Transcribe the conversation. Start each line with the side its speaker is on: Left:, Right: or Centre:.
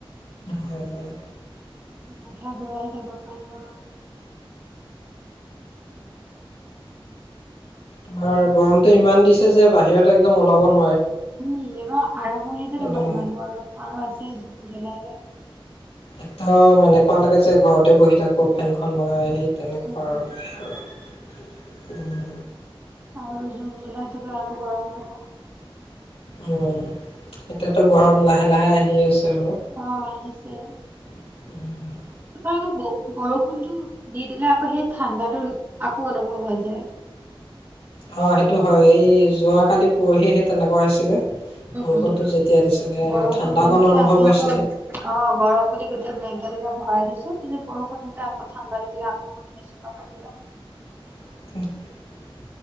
Left: হয়-হয়।
Right: মাথা ঘূৰাই যাব ইমান গৰম।
Left: তোমাৰ গৰমতটো ইমান দিছে যে বাহিৰত একদম ওলাব নো
Right: উম' এইবাৰ আৰম্ভণি তোমাৰ
Left: একদম
Right: ইমান বৰ আৰু আছে জুন-জুলাইৰে।
Left: এক দম এনেকুৱা লাগে যে ঘৰতে বহি থাকো ফেনখন লগাই। সেই তেনেকুৱা
Right: উম
Left: আৰু। উম
Right: আৰু জুন-জুলাইটোত আৰু গৰম হব।
Left: অ এতিয়াতো গৰম লাহে-লাহে আহি আছে। আৰু
Right: অ আহিছে
Left: <inaudible>
Right: তোমাৰ আকৌ বৰষুণটোো দি দিলে আকৌ সেই ঠাণ্ডাটো আকৌ অনুভৱ হৈ যায়
Left: অ সেইটো হয় এই যোৱ কালি পৰহিহে তেনেকুৱা হৈছিলে বৰষুণটো
Right: উম
Left: যেতিয়া দিছিলে
Right: বৰষুণ
Left: ঠাণ্ডাকণ অনুভৱ
Right: দতে আমি
Left: হৈছে।
Right: আকৌ অ গৰম পুলি গোটেই বেংকা দিলে মৰাাৰিছো ত যে পল খতে আকৌ থানড দিলে আকৌ মৰি আাইছো পাপ পা
Left: <inaudible>